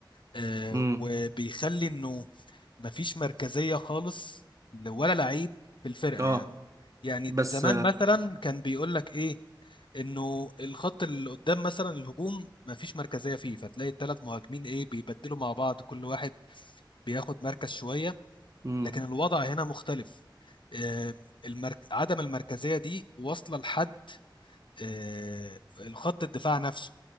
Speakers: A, on the left; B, on the right.
A: آه
B: امم
A: وبيخلي إنه مفيش مركزية خالص ولا لعيب في الفرقة
B: اه
A: يعني يعني
B: بس
A: زمان مثلا كان بيقول لك إيه إنه الخط اللي قدام مثلا الهجوم مفيش مركزية فيه فتلاقي الثلاث مهاجمين إيه بيبدلوا مع بعض كل واحد بياخد مركز شوية
B: امم
A: لكن الوضع هنا مختلف آه، المرك... عدم المركزية دي واصلة لحد آه، الخط الدفاع نفسه